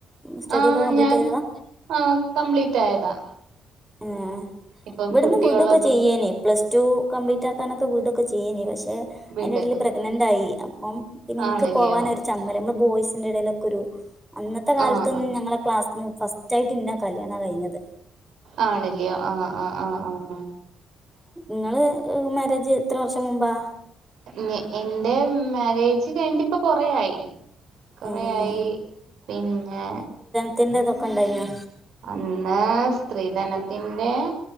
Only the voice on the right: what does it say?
ആ
ഞാൻ ആ കംപ്ലീറ്റ് ആയതാ
ഇപ്പം
കുട്ടിയുള്ളന്ന്
വീട്
ആണല്ലയോ
ആ ആ
ആണ്ല്ലേ ആഹ് ആഹ് ആഹ് ആഹ്
നി ഇന്റെ മാരേജ് കഴിഞ്ഞ്ട്ട് ഇപ്പൊ കൊറെ ആയി കൊറെയായി
പിന്നെ
അന്ന് സ്ത്രീധനത്തിന്റെ